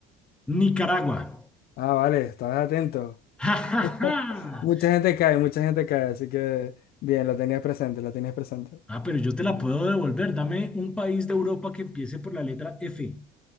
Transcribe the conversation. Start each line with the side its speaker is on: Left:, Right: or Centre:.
Centre: Nicaragua. <laughs>
Left: Ah, vale, estás atento.
Centre: ¡Ja, ja,
Left: <laughs>
Centre: ja!
Left: Mucha gente cae, mucha gente cae, así que bien, lo tenías presente, lo tenías presente.
Centre: Ah, pero yo te la puedo devolver. Dame un país de Europa que empiece por la letra F.